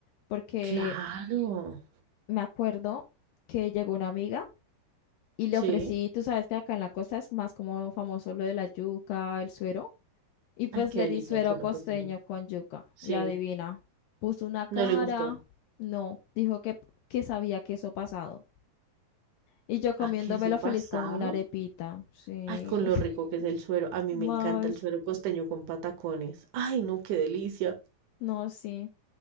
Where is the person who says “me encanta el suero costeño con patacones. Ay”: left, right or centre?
Right